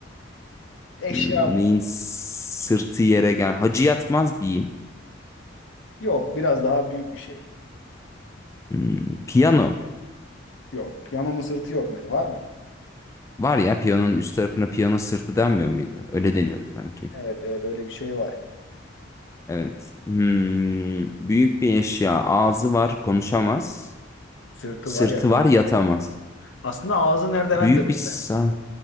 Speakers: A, on the left; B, on the left.
A: Eşya
B: Hmm,
A: bu
B: neyin
A: da.
B: sırtı yere gel. Hacı yatmaz diyeyim.
A: Yok biraz daha büyük bir şey.
B: Hmm, piyano.
A: Yok. Piyanonun sırtı yok mesela. Var mı?
B: Var ya piyanonun üst tarafına piyano sırtı denmiyor muydu? Öyle deniyordu sanki.
A: Evet evet öyle bir şey var.
B: Evet. Hmm, büyük bir eşya. Ağzı var, konuşamaz.
A: Sırtı
B: Sırtı
A: var yatamam.
B: var yatamaz.
A: Aslında ağzı nerede
B: Büyük
A: ben de bilmiyorum.
B: bir sa